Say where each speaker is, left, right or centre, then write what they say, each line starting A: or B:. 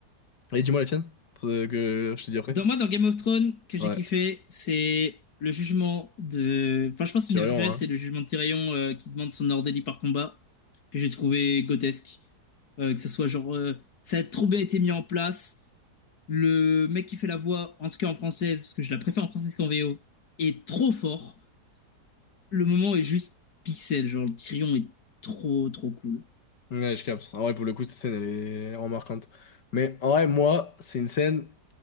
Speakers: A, on the left (about 85°); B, on the left (about 65°).
A: Et dis-moi la tienne, pour que je te dis après.
B: Dans, moi, dans Game of Thrones, que j'ai
A: Ouais,
B: kiffé, c'est le jugement de... Enfin, je pense
A: tu
B: que une
A: rien,
B: des préférées,
A: hein.
B: c'est le jugement de Tyrion euh, qui demande son ordélie par combat, que j'ai trouvé grotesque. Euh, que ce soit genre... euh, ça a trop bien été mis en place. Le mec qui fait la voix, en tout cas en française, parce que je la préfère en française qu'en VO, est trop fort. le moment est juste pixel, genre le Tyrion est trop trop cool.
A: Ouais, je capte. En vrai, pour le coup, cette scène, elle est remarquante. Mais en vrai, moi, c'est une scène,